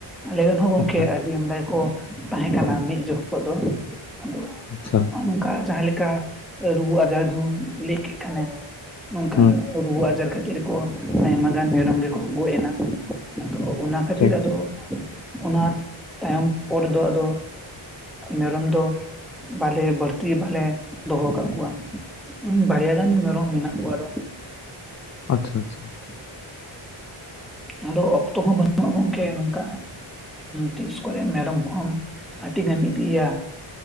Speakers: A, in the centre; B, on the left.
A: ᱟᱞᱮ ᱨᱮᱱ ᱦᱚᱸ ᱜᱚᱝᱠᱮ
B: ᱟᱪᱪᱷᱟ
A: ᱟᱹᱰᱤ ᱟᱢᱫᱟ ᱜᱮᱠᱚ ᱛᱟᱦᱮᱸ ᱠᱟᱱᱟ ᱢᱤᱫ ᱡᱚᱠᱷᱚᱡ ᱫᱚ ᱟᱫᱚ
B: ᱟᱪᱪᱷᱟ ᱾
A: ᱚᱱᱠᱟ ᱡᱟᱦᱟᱸ ᱞᱮᱠᱟ ᱨᱩᱣᱟᱹ ᱟᱡᱟᱨ ᱫᱚ ᱞᱟᱹᱭ ᱠᱮᱫ ᱠᱷᱟᱱᱮᱢ ᱱᱚᱝᱠᱟᱱ
B: ᱦᱩᱸ
A: ᱟᱡᱟᱨ ᱠᱷᱟᱹᱛᱤᱨ ᱠᱚ ᱟᱭᱢᱟᱜᱟᱱ ᱢᱮᱨᱚᱢ ᱜᱮᱠᱚ ᱜᱚᱡ ᱮᱱᱟ ᱾ ᱟᱫᱚ ᱚᱱᱟ ᱠᱷᱟᱹᱛᱤᱨ
B: ᱴᱷᱤᱠ
A: ᱟᱫᱚ
B: ᱴᱷᱤᱠ
A: ᱚᱱᱟ ᱛᱟᱭᱚᱢ ᱯᱚᱨ ᱫᱚ ᱟᱫᱚ ᱢᱮᱨᱚᱢ ᱫᱚ ᱵᱟᱞᱮ ᱵᱟᱹᱲᱛᱤ ᱵᱟᱞᱮ ᱫᱚᱦᱚᱠᱟᱫ ᱠᱚᱣᱟ ᱵᱟᱨᱭᱟ ᱜᱟᱱ ᱢᱮᱨᱚᱢ ᱢᱮᱱᱟᱜ ᱠᱚᱣᱟ ᱟᱫᱚ ᱾
B: ᱟᱪᱪᱷᱟ ᱟᱪᱷᱟ ᱾
A: <unintelligible> ᱟᱫᱚ ᱚᱠᱛᱚ ᱦᱚᱸ ᱵᱟᱹᱱᱩᱜᱼᱟ, ᱜᱚᱝᱠᱮ ᱱᱚᱝᱠᱟ ᱛᱤᱥ ᱠᱚᱨᱮ ᱢᱮᱨᱚᱢ ᱠᱚᱦᱚᱢ ᱟᱹᱴᱤᱝᱮᱢ ᱤᱫᱤᱭᱟ ᱾